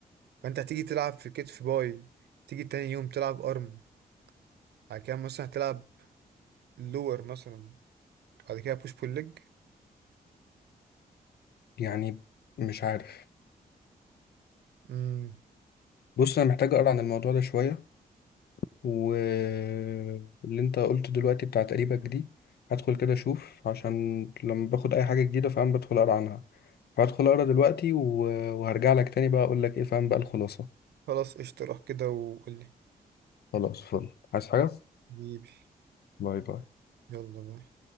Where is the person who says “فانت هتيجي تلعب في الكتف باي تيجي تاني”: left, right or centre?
Right